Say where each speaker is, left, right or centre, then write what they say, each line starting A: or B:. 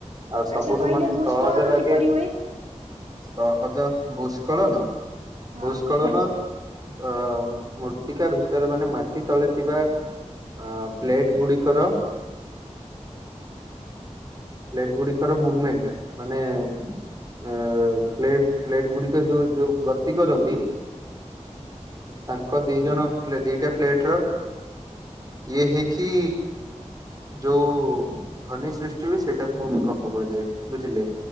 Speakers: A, on the right; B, on the right.
A: ଆଉ ସବୁଠୁ
B: ଆଚ୍ଛା କହିଲେ
A: ମତେ
B: ଭୂସ୍ଖଳନ
A: ସହଜ ଲାଗେ
B: କିପରି ହୁଏ?
A: ସହଜ ଭୂସ୍କଳନ
B: ହଁ।
A: ଭୂସ୍କଳନ। ଅ ମୂର୍ତ୍ତିକା ଭିତରେ ମାନେ ମାଟି ତଳେ ଥିବା ଅ ପ୍ଲେଟ ଗୁଡିକର ପ୍ଲେଟ ଗୁଡିକର ମୁମେଣ୍ଟ ମାନେ ଅ ପ୍ଲେଟ ପ୍ଲେଟ ଗୁଡିକ ଯଉ ଯଉ ଗତି କରନ୍ତି। ତାଙ୍କ ଦି ଜଣ ପ୍ଳେଟ୍‌ ଦିଟା ପ୍ଲେଟ ର ଇଏ ହେଇକି ଯଉ ଧନୀ ସୃଷ୍ଟି ହୁଏ ସେଇଟାକୁ ଭୂମିକମ୍ପ କୁହାଯାଏ ବୁଝିଲେ।